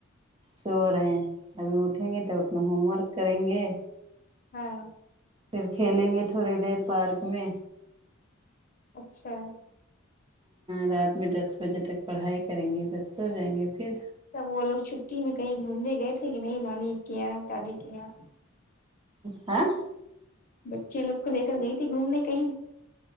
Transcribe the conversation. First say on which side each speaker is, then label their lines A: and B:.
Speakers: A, on the right (about 25°); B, on the left (about 40°).
A: سو رہے ہیں ابھی اٹھیں گے تب اپنا ہوم ورک کریں گے
B: ہاں
A: پھر کھیلیں گے تھوڑی دیر پارک میں
B: اچھا
A: رات میں دس بجے تک پڑھائی کریں گے بس سو جائیں گے پھر
B: تب وہ لوگ چھٹی میں کہیں گھومنے گئے تھے کہ نہیں نانی کے یہاں دادی کے یہاں
A: ہاں
B: بچے لوگ کو لے کر گئی تھی گھومنے کہیں